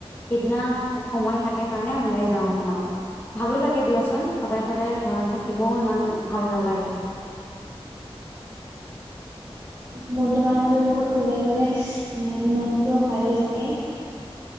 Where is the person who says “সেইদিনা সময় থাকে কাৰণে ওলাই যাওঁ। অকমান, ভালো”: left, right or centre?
Left